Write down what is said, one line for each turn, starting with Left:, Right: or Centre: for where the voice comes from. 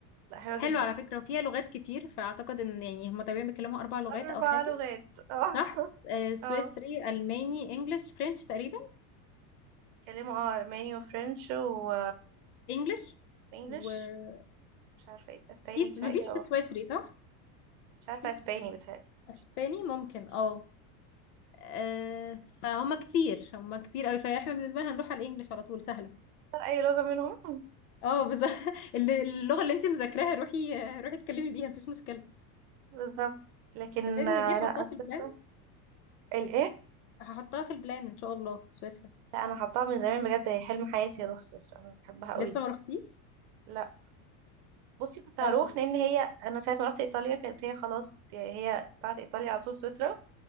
Right: لا حلوة
Left: حلوه
Right: جدا
Left: على فكره وفيها لغات كتير فاعتقد ان يعني هم تقريبا بيتكلموا اربع لغات
Right: أربع
Left: او حاجه
Right: لغات اه
Left: صح آه سويسري
Right: اه
Left: الماني انجلش فرنش تقريبا
Right: بيتكلموا اه ألماني وفرنش و
Left: انجلش
Right: انجلش
Left: ومفيش
Right: مش عارفه ايه اسباني بتهيألي
Left: مفيش
Right: او
Left: سويسري صح
Right: مش عارفه
Left: مفيش
Right: اسباني بتهيألي
Left: اسباني ممكن
Right: مش
Left: اه آه، فهم كتير هم كتير قوي فاحنا بالنسبه لنا هنروح على الانجليش على طول سهله
Right: فاكرة اي لغه منهم <laughs>
Left: اه بس <laughs> اللي- اللغه اللي انت مذاكراها روحي روحي اتكلمي بيها مفيش مشكله
Right: بالظبط لكن
Left: صدقني
Right: آه،
Left: إن دي هحطها
Right: لا سويسرا
Left: في البلان
Right: الايه
Left: هحطها في البلان ان شاء الله سويسرا
Right: لا انا حطاها من زمان بجد هي حلم حياتي اروح سويسرا انا بحبها قوي
Left: لسه ما رحتيش
Right: لا بصي كنت
Left: طب
Right: هروح لان هي انا ساعه ما رحت ايطاليا كانت هي خلاص يعني هي بعد ايطاليا على طول سويسرا